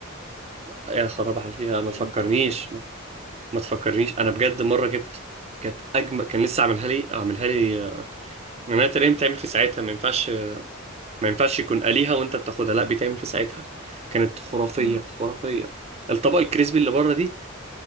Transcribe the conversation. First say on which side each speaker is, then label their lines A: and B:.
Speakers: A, on the right; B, on the right.
A: يا خراب على فيها ما
B: هي
A: تفكرنيش
B: والتوميه
A: ما تفكرنيش انا بجد مره جبت كانت اجمل كان لسه عاملها لي عاملها لي آه، انا تقريبا بتعمل في ساعتها ما ينفعش ما ينفعش يكون قليها وانت بتاخدها لا بيتعمل في ساعتها كانت خرافيه
B: امم
A: خرافيه الطبق الكريسبي اللي بره دي